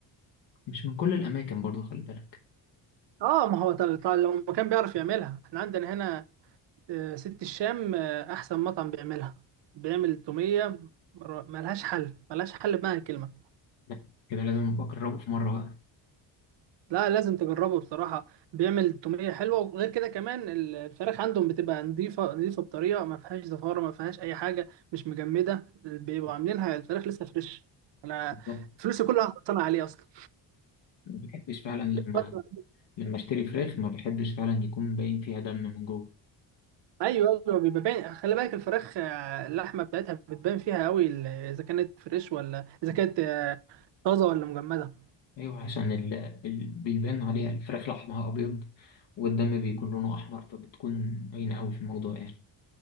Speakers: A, on the left; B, on the right.
A: مش من كل الأماكن برضو خلي بالك
B: اه ما هو طل... طل... لو ما كان بيعرف يعملها احنا عندنا هنا آه، ست الشام آه، احسن مطعم بيعملها بيعمل التوميه ر- ملهاش حل ملهاش حل بمعنى الكلمه
A: لا، كده لازم أبقى أجربه في مرة بقى
B: لا لازم تجربه بصراحه بيعمل التوميه حلوه وغير كده كمان ال- الفراخ عندهم بتبقى نظيفه نظيفه بطريقه ما فيهاش زفاره ما فيهاش اي حاجه مش مجمده بيبقوا عاملينها الفراخ لسه فريش انا
A: بالظبط.
B: فلوسي كلها هتصنع عليه اصلا
A: ما بحبش فعلا لما
B: فترة.
A: لما أشتري فراخ ما بحبش فعلا يكون باين فيها دم من جوه
B: ايوه ايوه بيبقى باين خلي بالك الفراخ آه، اللحمه بتاعتها بتبان فيها قوي ال- اذا كانت فريش ولا اذا كانت آه، طازه ولا مجمده
A: أيوه عشان ال... ال... بيبان عليها الفراخ لحمها أبيض والدم بيكون لونه أحمر فبتكون باينة أوي في الموضوع يعني